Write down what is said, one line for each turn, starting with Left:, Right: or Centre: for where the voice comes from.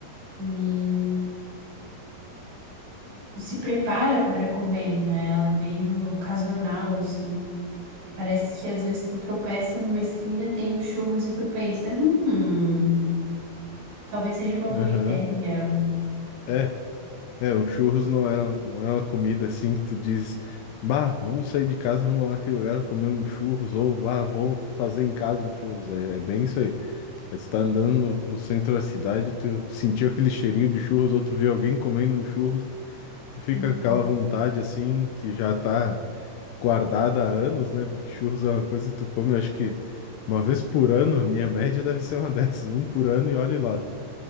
Right: e se prepara para comer, né? Ela é meio ocasional, assim. Parece que às vezes tu tropeça numa esquina, tem um churros e tu pensa, hum, talvez seja uma boa
Left: Aham.
Right: ideia.
Left: É, é, um churros não é, não é uma comida assim que tu diz, bah, vamos sair de casa, vamos lá naquele lugar comer um churros, ou bah, vou fazer em casa um churros. É, é bem isso aí. É, tu tá andando no, no centro da cidade, tu sentiu aquele cheirinho de churros, ou tu vê alguém comendo um churros, tu fica
Right: Uhum.
Left: com aquela vontade assim que já tá guardada há anos, né? Porque churros é uma coisa que tu come, acho que uma vez por ano, a minha média deve ser uma <laughs> dessas, um por ano e olhe lá.